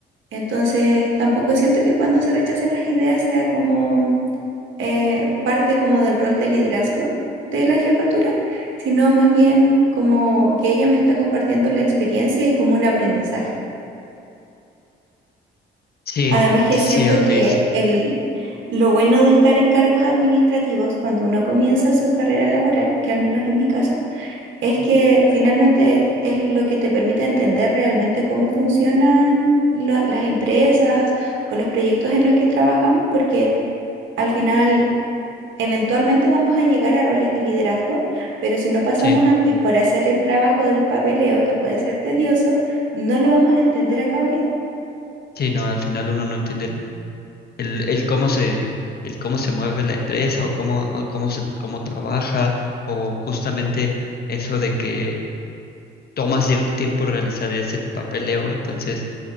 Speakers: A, on the right; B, on the left.
A: Entonces, tampoco siento que cuando se rechacen las ideas sea como eh, parte como del rol de liderazgo de la jefatura, sino más bien como que ella me está compartiendo la experiencia y como un aprendizaje.
B: Sí,
A: Además que
B: sí,
A: siento
B: sí, ok,
A: que
B: sí.
A: el, lo bueno de estar en cargos administrativos cuando uno comienza su carrera laboral, que al menos en mi caso, Es
B: Ujú.
A: que finalmente es lo que te permite entender realmente cómo funcionan la- las empresas o los proyectos en los que trabajamos, porque al final eventualmente vamos a llegar a roles de liderazgo, pero si no pasamos
B: Sí,
A: antes por hacer el trabajo del papeleo, que puede ser tedioso, no lo vamos a entender a cabalidad.
B: sí, no, al final uno no entiende el, el, el cómo se, el cómo se mueve la empresa o cómo, o cómo se, cómo trabaja, o justamente eso de que toma cierto tiempo realizar ese papeleo, entonces